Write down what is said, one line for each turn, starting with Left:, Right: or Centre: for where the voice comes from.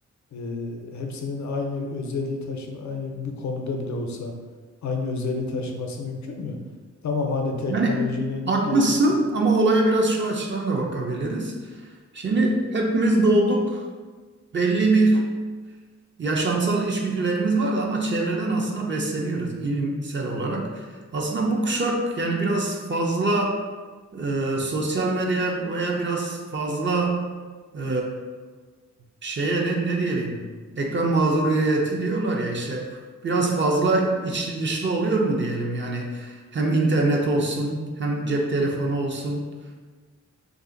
Left: e, hepsinin aynı özelliği taşıma, aynı bir konuda bile olsa aynı özelliği taşıması mümkün mü? Tamam hani teknolojinin
Right: Yani haklısın
Left: gel-
Right: ama olaya biraz şu açıdan da bakabiliriz. Şimdi hepimiz doğduk belli bir yaşamsal içgüdülerimiz vardı ama çevreden aslında besleniyoruz ilimsel olarak. Aslında bu kuşak yani biraz fazla e, sosyal medyaya veya biraz fazla e, şeye ne, ne diyelim ekran mağduriyeti diyorlar ya işte biraz fazla içli dışlı oluyor mu diyelim yani hem internet olsun hem cep telefonu olsun